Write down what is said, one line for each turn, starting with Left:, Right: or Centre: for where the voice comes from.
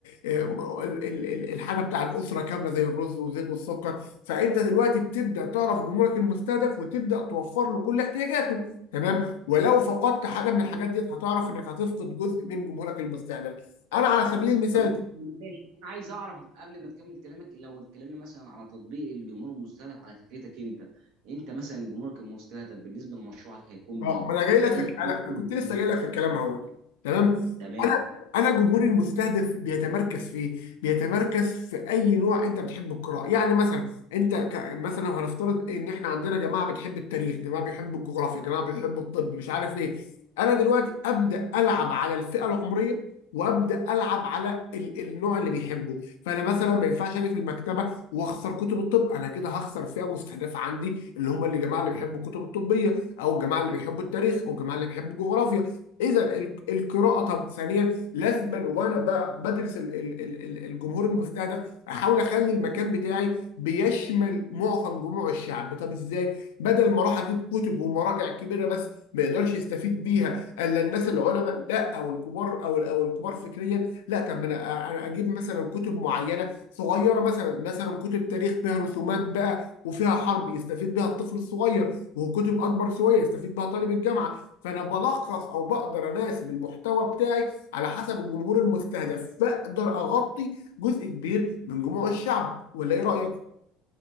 Left: آه، ال- ال- ال- الحاجه بتاع الاسره كامله زي الرز والزيت والسكر فانت دلوقتي بتبدا تعرف جمهورك المستهدف وتبدا توفر له كل احتياجاته تمام ولو فقدت حاجه من الحاجات دي هتعرف انك هتفقد جزء من جمهورك المستهدف انا على سبيل المثال
Right: طب ماشي ماشي انا عايز اعرف قبل ما تكمل كلامك لو اتكلمنا مثلا على تطبيق الجمهور المستهدف على فكرتك انت انت مثلا جمهورك المستهدف بالنسبه لمشروعك هيكون
Left: اه
Right: مين؟
Left: ما انا جاي لك في
Right: ايه
Left: الك-
Right: إيه
Left: أنا
Right: الفيلم
Left: كنت
Right: اللي
Left: لسه
Right: هيكون
Left: جاي
Right: ده؟
Left: لك في الكلام اهو تمام
Right: تمام
Left: انا انا جمهوري المستهدف بيتمركز في ايه؟ بيتمركز في اي نوع انت بتحب القراءه يعني مثلا انت ك... مثلا هنفترض ان احنا عندنا جماعه بتحب التاريخ جماعه بيحبوا الجغرافيا جماعه بيحبوا الطب مش عارف ايه انا دلوقتي ابدا العب على الفئه العمريه وابدا العب على ال... النوع اللي بيحبه فانا مثلا ما ينفعش اجي في المكتبه واخسر كتب الطب انا كده هخسر فئه مستهدفه عندي اللي هم اللي جماعه اللي بيحبوا الكتب الطبيه او الجماعه اللي بيحبوا التاريخ او الجماعه اللي بيحبوا الجغرافيا اذا ال- القراءه طب ثانيا لازما وانا ب- بدرس ال- ال- ال- ال- الجمهور المستهدف احاول اخلي المكان بتاعي بيشمل معظم جموع الشعب طب ازاي بدل ما اروح اجيب كتب ومراجع كبيره بس ما يقدرش يستفيد بيها الا الناس العلماء لا او الكبار او ال- او الكبار فكريا لا طب ما انا انا اجيب مثلا كتب معينه صغيره مثلا مثلا كتب تاريخ فيها رسومات بقى وفيها حرب يستفيد بها الطفل الصغير وكتب اكبر شويه يستفيد بها طالب الجامعه فانا بلخص او بقدر اناسب المحتوى بتاعي على حسب الجمهور المستهدف بقدر اغطي جزء كبير من جموع الشعب ولا ايه رايك